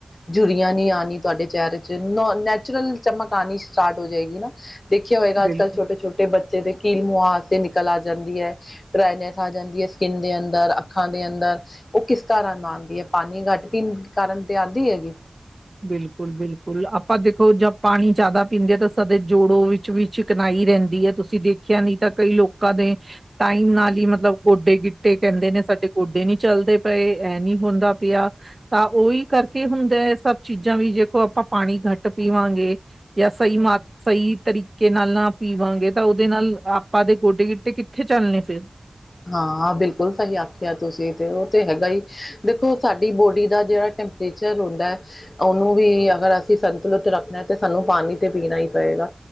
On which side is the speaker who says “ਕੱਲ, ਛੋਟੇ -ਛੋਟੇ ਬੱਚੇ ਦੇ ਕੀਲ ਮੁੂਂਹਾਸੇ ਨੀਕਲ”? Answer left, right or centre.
Left